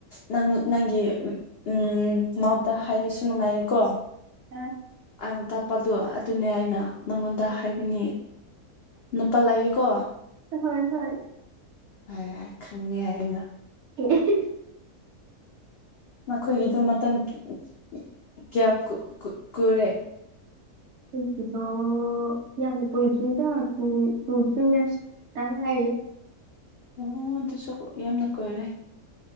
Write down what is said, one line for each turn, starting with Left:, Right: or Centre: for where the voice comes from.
Left: ꯅꯪ ꯅꯪꯒꯤ <unintelligible> ꯃꯥꯎꯠꯗ ꯍꯥꯏꯔꯁꯨ ꯅꯨꯡꯉꯥꯏꯔꯦꯀꯣ꯫
Right: ꯑ꯫
Left: ꯑꯅ ꯇꯥꯛꯄꯗꯣ ꯑꯗꯨꯅꯦ ꯑꯩꯅ ꯅꯪꯉꯣꯟꯗ ꯍꯥꯏꯕꯅꯤ ꯅꯨꯄꯥ ꯂꯩꯌꯦꯀꯣ꯫
Right: ꯍꯣꯏ ꯍꯣꯏ꯫
Left: ꯍꯥꯏ-ꯍꯥꯏ ꯈꯪꯉꯦ ꯑꯩꯅ꯫
Right: <unintelligible>
Left: ꯅꯈꯣꯏꯒꯤꯗꯣ ꯃꯇꯝ <unintelligible> ꯀꯌꯥ ꯀꯨ ꯀꯨ ꯀꯨꯔꯦ꯫
Right: ꯑꯩꯒꯤꯗꯣ ꯌꯥꯝꯅ ꯀꯨꯏꯗ꯭ꯔꯤꯗ ꯇꯨ ꯇꯨ ꯊ꯭ꯔꯤ ꯌꯦꯔꯁ ꯇꯪ ꯉꯥꯥꯏꯔꯤ꯫
Left: ꯑꯣ ꯑꯗꯨꯁꯨ ꯌꯥꯝꯅ ꯀꯨꯏꯔꯦ꯫